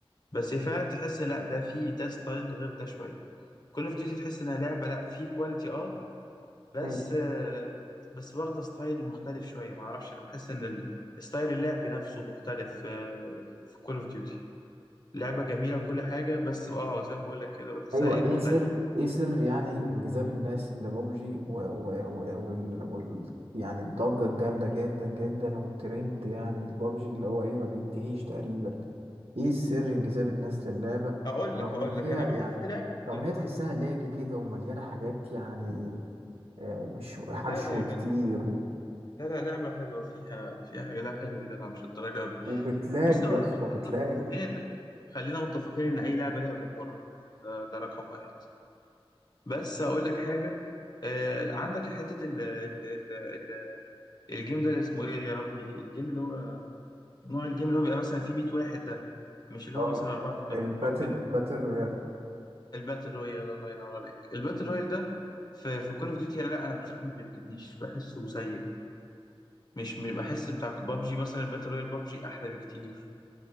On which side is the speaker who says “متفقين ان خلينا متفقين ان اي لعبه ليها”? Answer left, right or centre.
Left